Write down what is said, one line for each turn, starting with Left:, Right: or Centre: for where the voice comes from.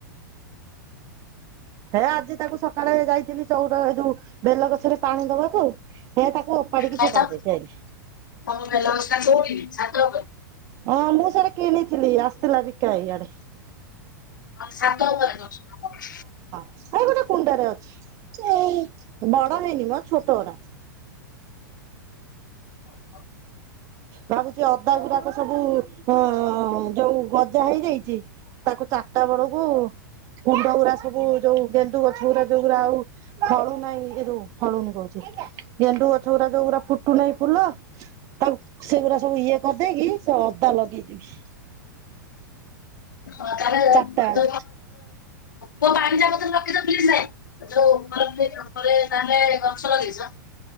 Right: ହେ ଆଜି ତାକୁ ସକାଳେ ଯାଇଥିଲି ଚଉର ଏ ଯୋଉ ବେଲଗଛରେ ପାଣି ଦବାକୁୁ ହେ ତାକୁ ଓପାଡିକି
Left: ଭାଇ
Right: ଫୋପାଡି
Left: ତମ
Right: ଦେଇକି ଆଇଲି
Left: ତମ ବେଲବସ୍ ଟା କୋଉଠି ଛାତ ଉପରେ?
Right: ହଁ ମୁଁ ସେଆଟା କିଣିଥିଲି ଆସିଥିଲା ବିକା ଇଆଡେ
Left: ହଁ ସାତ ଉପରେ କ
Right: ଆରେ ଗୋଟେ କୁଣ୍ଡରେ ଅଛି ବଡ ହେଇନି ମୋ ଛୋଟ ଗୁରା
Left: ଓ ହୋ
Right: ଭାବୁଛି ଅଦା ଗୁଡାକ ସବୁ ଅ ଯୋଉ ଗଜା ହେଇଯାଇଛି ତାକୁ ଚାରିଟା ବେଳକୁ କୁଣ୍ଡ ଗୁୁରା ସବୁ ଯୋଉ ଗେଣ୍ଡୁ ଗଛ ଗୁରା ଯୋଉଗୁୁରା ଆଉ ଫଳୁ ନାହିଁ ଏ ଯୋଉ ଫଳୁନି କହୁଛି ଗେଣ୍ଡୁ ଗଛ ଗୁଡା ଯୋଉଗୁରା ଫୁଟୁନାହିଁ ଫୁଲ ତାକୁ ସେଗୁରା ସବୁ ଇଏ କରିଦେଇକି ସେ ଅଦା ଲଗେଇଦବି
Left: ହଁ ତାହେଲେ
Right: ଚାରିଟା
Left: <unintelligible>
Right: ବେଳେ
Left: ପୋ ପାଣି ଟା ବରେ ରଖିଦ ଫ୍ଲିଜ ନାଇଁ ଯୋଉର ତାହେଲେ ଗଛ ଲଗେଇଛ <unintelligible>